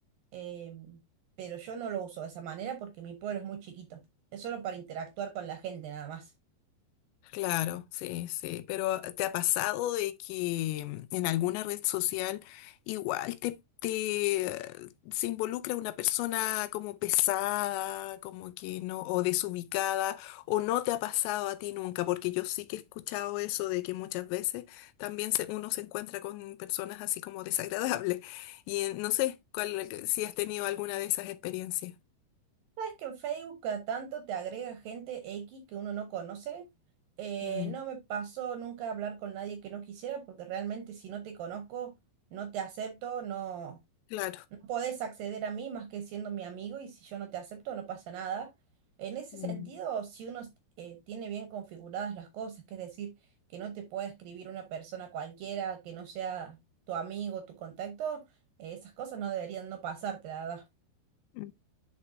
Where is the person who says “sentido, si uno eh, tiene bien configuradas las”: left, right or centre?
Right